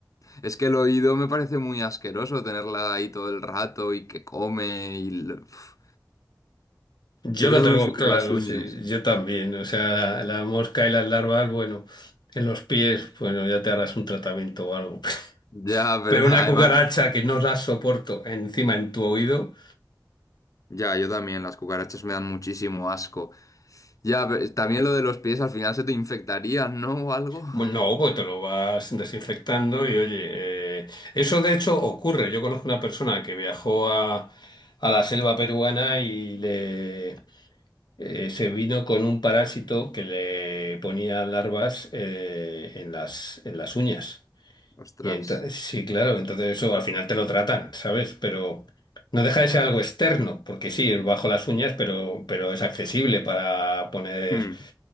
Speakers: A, on the left (about 50°); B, on the left (about 75°).
A: Es que el oído me parece muy asqueroso tenerla ahí todo el rato y que come y... lo- Uf,
B: yo
A: Yo creo
B: lo tengo
A: que prefiero
B: claro,
A: las uñas.
B: sí, yo también. O sea, la, la mosca y las larvas, bueno, en los pies, bueno, ya te harás un tratamiento o algo. <laughs>
A: Ya, pero
B: Pero una
A: <laughs> además...
B: cucaracha que no la soporto encima en tu oído,
A: Ya, yo también, las cucarachas me dan muchísimo asco. Ya, pero también lo de los pies, al final se te infectarían, ¿no? O algo.
B: bueno, no, pues te lo vas desinfectando y oye, eh, eso de hecho ocurre. Yo conozco una persona que viajó a, a la selva peruana y le eh, se vino con un parásito que le ponía larvas eh, en las, en las uñas.
A: Ostras.
B: Y entonces, sí, claro, entonces eso al final te lo tratan, ¿sabes? Pero no deja de ser algo externo, porque sí, es bajo las uñas, pero, pero es accesible para poner,
A: Hmm.